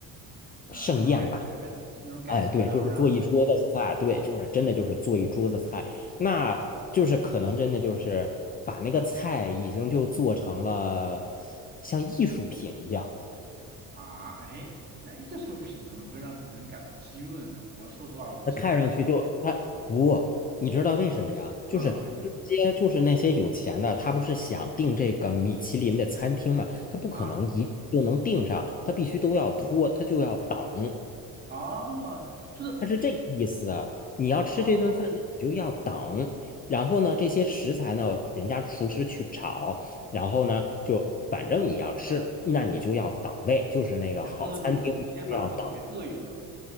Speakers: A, on the right; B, on the left.
A: 呃，
B: 盛宴吧。
A: 那种感觉呗，那种感觉，
B: 哎，对，
A: 然后让他们
B: 就是做一桌子菜，对，就是真的就是做一桌子菜，那就是可能真的就是把那个菜已经就做成了像艺术品一样，
A: 啊，哎，那艺术品怎么会让人感到饥饿呢？我说实话，我是不太理解。
B: 它看上去就它不，你知道为什么呀？就是那些就是那些有钱的，
A: 啊，为什么
B: 他不是想订这个米其林的餐厅嘛，他不可能一就能订上，
A: 啊？
B: 他必须都要拖，他就要等。
A: 哦，就是
B: 它是这个意思啊。你要吃这顿饭，
A: 哦，
B: 那你就要等。然后呢，这些食材呢，人家厨师去炒。然后呢，就反正你要吃，那你就要等位，就是那个好餐厅你就要等。
A: 你别饿肚子，你先把肚子给饿一饿。